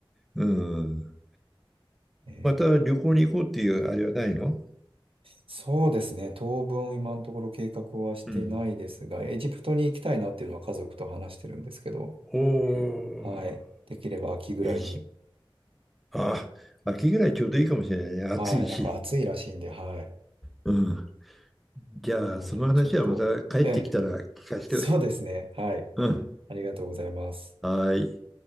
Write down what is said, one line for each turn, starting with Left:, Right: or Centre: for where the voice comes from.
Centre: うん。
Right: えー
Centre: また旅行に行こうっていうあれはないの
Right: そうですね。当分今のところ計画はしてないですが、
Centre: うん。
Right: エジプトに行きたいなっていうのは家族と話してるんですけど、
Centre: おー、
Right: はい。できれば秋ぐらいに。
Centre: エジプト。あ、秋ぐらいちょうどいいかもしれないね。暑いし。
Right: はい。なんか暑いらしいんで、はい。
Centre: うん。じゃあ、
Right: なので、
Centre: その話はまた帰ってきたら聞かせて。
Right: ちょっと、ええ、そうですね。はい。
Centre: うん。
Right: ありがとうございます。
Centre: はーい。